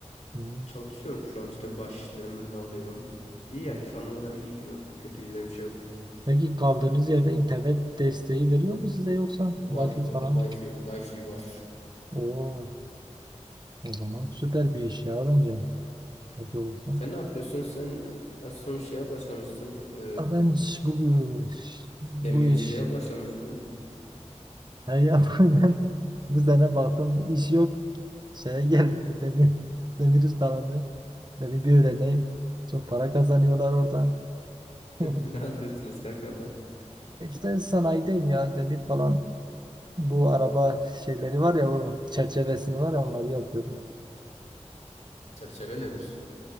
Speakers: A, on the right; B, on the left.
A: hı,
B: Çalışıyorum şu an işte baş işlerimi de alıyorum. İyi yani
A: hı.
B: şu ana kadar iyi gidiyor. Kötü gidiyor bir şey yok.
A: Peki kaldığınız yerde internet desteği veriyor mu size yoksa Wi-Fi
B: Var var
A: falan?
B: wifi wifi var.
A: Oo, o zaman süper bir iş ya bence. Yapıyor olsa.
B: Sen ne yapıyorsun? Sen en son şeye başlamıştın. E,
A: Aa, Ben ş- bu bu iş, bu
B: Demirciliğe
A: iş
B: başlamıştın.
A: her yapılan <laughs> bu sene baktım iş yok. Şeye geldim bu demir demir ustalarını. Dedim bir öğreneyim. Çok para kazanıyorlar oradan.
B: <laughs>
A: <laughs>
B: Ne yapıyorsunuz kanka var?
A: İşte sanayideyim ya demir falan bu araba şeyleri var ya o çerçevesini var ya onları yapıyorum.
B: Çerçeve nedir?